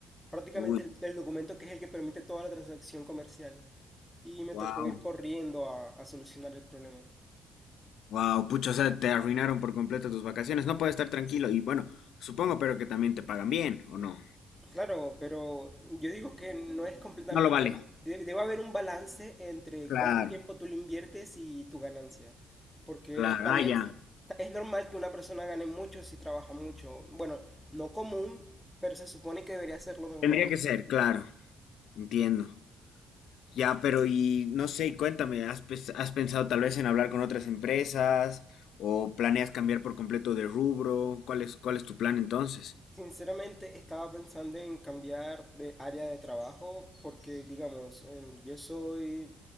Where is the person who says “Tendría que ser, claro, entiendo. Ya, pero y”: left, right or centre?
Left